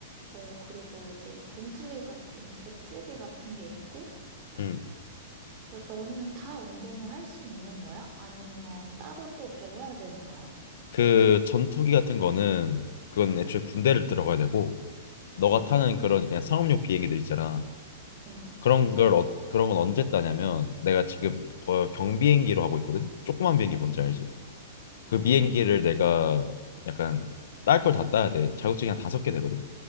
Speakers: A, on the right; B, on the left.
A: 어, 그리고 이제 전투기 같은, 제트기 같은 게 있고,
B: 음.
A: 그 너는 다 운전을 할 수 있는 거야? 아니면 따로 또 배워야 되는 거야?
B: 그 전투기 같은 거는 그건 애초에 군대를 들어가야 되고 너가
A: 응,
B: 타는 그런 그냥 상업용 비행기들 있잖아.
A: 응,
B: 그런 걸 어, 그런 건 언제 따냐면 내가 지금 거- 경비행기로 하고 있거든. 조그만 비행기 뭔지
A: 응,
B: 알지? 그
A: 응,
B: 비행기를 내가 약간 딸 걸 다 따야 돼. 자격증이 한 다섯 개 되거든.